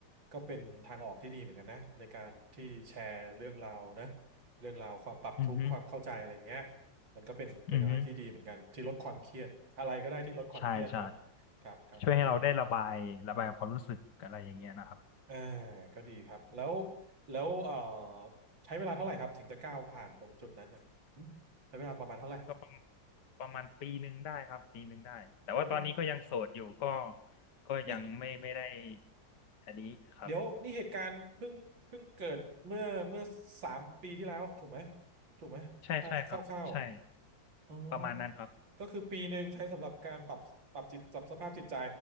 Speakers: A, on the right; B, on the left.
A: ก็เป็นทางออกที่ดีเหมือนกันนะในการที่แชร์เรื่องราวนะเรื่องราวความปรับทุกข์ความเข้าใจอะไรเงี้ย
B: อือฮึ
A: มันก็เป็นเป็นอะไรที่ดีเหมือนกันที่ลดความเครียดอะไรก็ได้ที่ลดความเครียดเนาะ
B: อือฮึใช่ใช่
A: ครับครับก็ดี
B: ช่วยให้เราได้ระบายระบายความรู้สึกอะไรอย่างเงี้ยนะครับ
A: อ่าก็ดีครับแล้วแล้วเอ่อใช้เวลาเท่าไหร่ครับถึงจะก้าวผ่านตรงจุดนั้นอ่ะใช้เวลาประมาณเท่าไหร่
B: ก็ประมาณประมาณปีหนึ่งได้ครับปีหนึ่งได้แต่ว่าตอนนี้ก็ยังโสดอยู่ก็
A: โอ้
B: ก็ยังไม่ไม่ได้
A: นี่
B: อันนี้ครับ
A: เดี๋ยวนี่เหตุการณ์เพิ่งเพิ่งเกิดเมื่อเมื่อสามปีที่แล้วถูกไหมถูกไหมถ้าคร่าว
B: ใช่ใช่ครับใช่
A: ๆอ๋อ
B: ประมาณนั้นครับ
A: ก็คือปีหนึ่งใช้สำหรับการปรับปรับจิตปรับสภาพจิตใจ